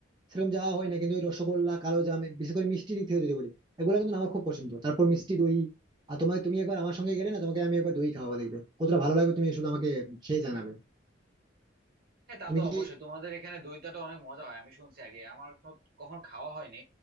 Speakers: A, on the right (about 20°); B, on the right (about 50°).
A: সেরকম যাওয়া হয় না কিন্তু ওই রসগোল্লা কালো জাম বিশেষ করে মিষ্টি দিক থেকে যদি বলি এগুলো কিন্তু আমার খুব পছন্দ তারপর মিষ্টি দই আর তোমাকে তুমি একবার আমার সঙ্গে গেলে না তোমাকে আমি একবার দই খাওয়াবো দেখবে কতটা ভালো লাগবে তুমি শুধু আমাকে খেয়ে জানাবে
B: হ্যাঁ তা
A: তুমি
B: তো
A: কি
B: অবশ্যই তোমাদের এখানে দইটাটা অনেক মজা হয় আমি শুনছি আগে আমার ক- কখনো খাওয়া হয়নি